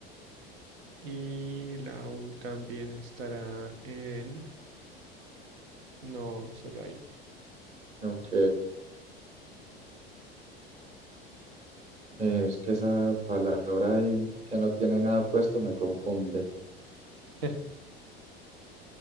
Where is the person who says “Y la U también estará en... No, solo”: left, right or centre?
Right